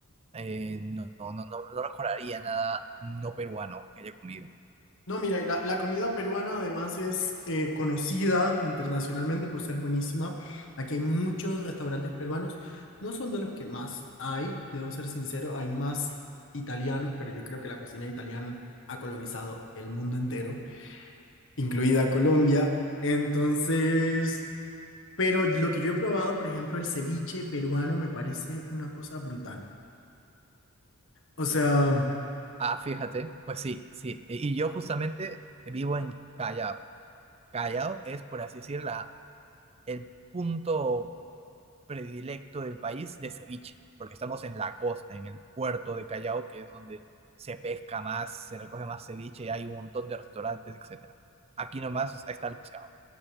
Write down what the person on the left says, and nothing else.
No, mira, y la, la comida peruana además es eh, conocida internacionalmente por ser buenísima. Aquí hay muchos restaurantes peruanos. No son de los que más hay, debo ser sincero, hay más italianos, pero yo creo que la cocina italiana ha colonizado el mundo entero, incluida Colombia. Entonces... Pero lo que yo he probado, por ejemplo, el ceviche peruano me parece una cosa brutal. O sea,